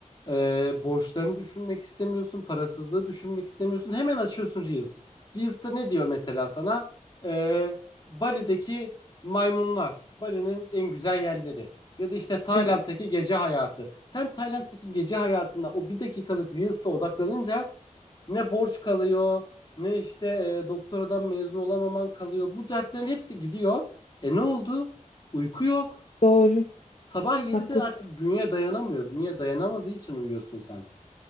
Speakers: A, on the left; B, on the left.
A: e, borçlarını düşünmek istemiyorsun. Parasızlığı düşünmek istemiyorsun. Hemen açıyorsun Reels. Reels'ta ne diyor mesela sana? E, Bali'deki maymunlar. Bali'nin en güzel yerleri. Ya da işte Tayland'daki
B: Evet.
A: gece hayatı. Sen Tayland'daki gece hayatına o bir dakikalık Reels'ta odaklanınca ne borç kalıyor, ne işte e, doktoradan mezun olamaman kalıyor. Bu dertlerin hepsi gidiyor. E ne oldu? Uyku yok.
B: Doğru,
A: Sabah 7'de
B: haklısın.
A: artık bünye dayanamıyor. Bünye dayanamadığı için uyuyorsun sen.